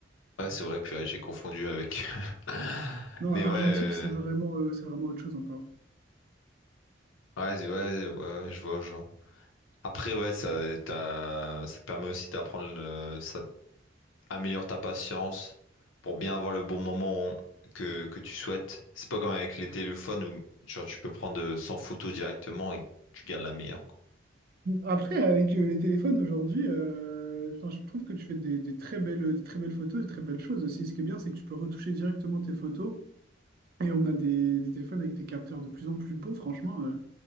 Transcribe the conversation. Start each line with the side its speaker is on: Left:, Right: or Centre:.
Left: Ouais, c'est vrai, purée, j'ai confondu avec. <laughs>
Right: Non,
Left: Mais
Right: argentique,
Left: ouais, euh,
Right: c'est vraiment, euh, c'est vraiment autre chose encore.
Left: ouais, c'est- ouais, ouais, ouais, je vois, je vois. Après, ouais, ça, t'as- ça te permet aussi d'apprendre, euh, ça améliore ta patience pour bien avoir le bon moment que, que tu souhaites. C'est pas comme avec les téléphones où genre, tu peux prendre euh, 100 photos directement et tu gardes la meilleure. quoi.
Right: Après, avec euh, les téléphones aujourd'hui, euh, enfin, je trouve que tu fais des, des très belles, des très belles photos, des très belles choses aussi. Ce qui est bien, c'est que tu peux retoucher directement tes photos. Et on a des, des téléphones avec des capteurs de plus en plus bons, franchement. euh.